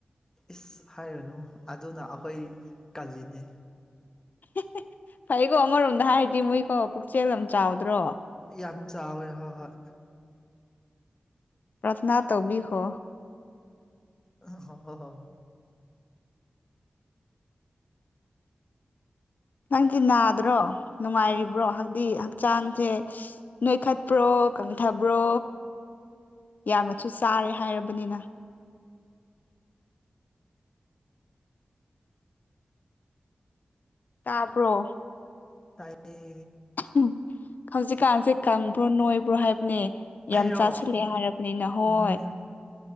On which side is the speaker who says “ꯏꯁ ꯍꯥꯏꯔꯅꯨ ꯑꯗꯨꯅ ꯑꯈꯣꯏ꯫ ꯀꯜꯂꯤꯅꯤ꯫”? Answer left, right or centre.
Left